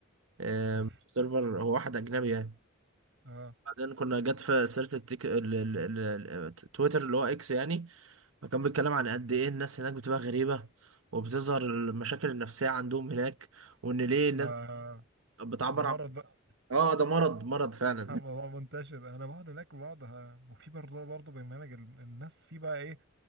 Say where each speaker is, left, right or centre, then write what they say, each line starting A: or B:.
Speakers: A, on the right; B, on the right.
A: آم،
B: <laughs>
A: في سيرفر هو واحد اجنبي يعني
B: اه
A: بعدين كنا جت في سيره التيك... ال... ال... ال... ال- تويتر اللي هو اكس يعني فكان بيتكلم عن قد ايه الناس هناك بتبقى غريبه وبتظهر المشاكل النفسيه عندهم هناك وان ليه
B: ده
A: الناس بتعبر
B: ده مرض
A: عن
B: بقى
A: اه ده مرض مرض فعلا
B: الموضوع
A: <laughs>
B: منتشر انا بقعد هناك بقعد ه- وفي برضه برضه برنامج ال- الناس في بقى ايه